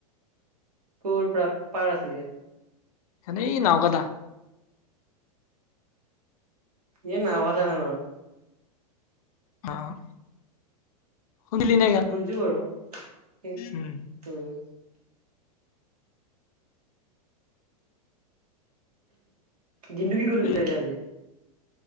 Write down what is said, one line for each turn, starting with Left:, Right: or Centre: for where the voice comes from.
Right: ক'ৰ পৰা পাৰ আ <unintelligible>
Left: এই নাওকাদা।
Right: এ নাওঘা <unintelligible>
Left: অ'। <unintelligible>
Right: ধুনচো বাৰু <unintelligible>
Left: উম
Right: দিনটো কি কৰিলি
Left: এই
Right: তই যে আজি?